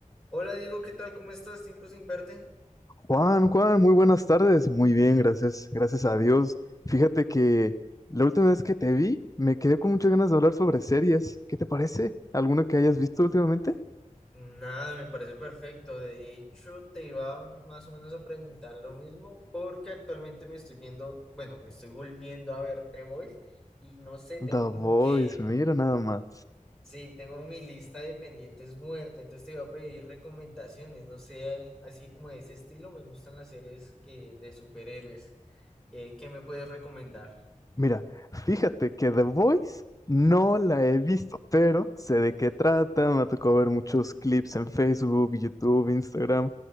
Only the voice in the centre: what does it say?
Hola Diego, ¿qué tal? ¿Cómo estás? Tiempo sin verte.
Nada, me parece perfecto. De hecho, te iba más o menos a preguntar lo mismo porque actualmente me estoy viendo, bueno, me estoy volviendo a ver The Voice y no sé,
tengo como
que,
sí, tengo mi lista de pendientes muerta, entonces te iba a pedir recomendaciones, no sé, así como de ese estilo, me gustan las series que de superhéroes. Eh, ¿qué me puedes recomendar?